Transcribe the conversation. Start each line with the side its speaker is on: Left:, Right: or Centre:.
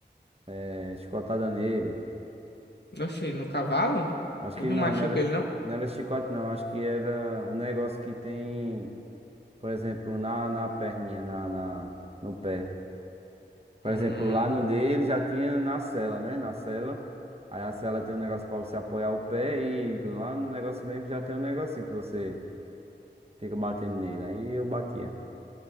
Right: eh, escotada nele.
Left: Oxi, no cavalo?
Right: Acho que
Left: E não
Right: não,
Left: machuca
Right: não era,
Left: ele, não?
Right: não era chicote, não. Acho que era um negócio que tem, por exemplo, na, na perninha, na, na, no pé. Por
Left: Hum.
Right: exemplo, lá no dele já tinha na sela, né? Na sela. Aí a sela tem um negócio pra você apoiar o pé e lá no negócio mesmo já tem um negocinho que você fica batendo nele. Aí eu batia.